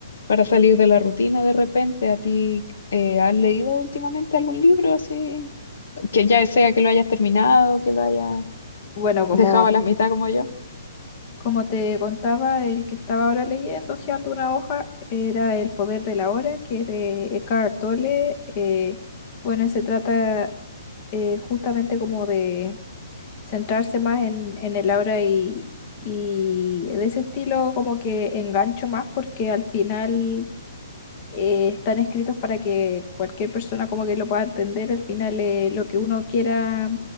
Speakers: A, on the left; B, on the left.
A: para salir de la rutina de repente. ¿A ti eh, has leído últimamente algún libro así? que ya sea que lo hayas terminado, que lo hayas
B: Bueno, como
A: dejado a la mitad como yo.
B: Como te contaba, el que estaba ahora leyendo, hojeando una hoja, era El poder de la hora, que es de Eckhart Tolle. Eh, bueno, se trata eh, justamente como de centrarse más en, en el ahora y, y de ese estilo como que engancho más porque al final eh, están escritos para que cualquier persona como que lo pueda entender al final eh, lo que uno quiera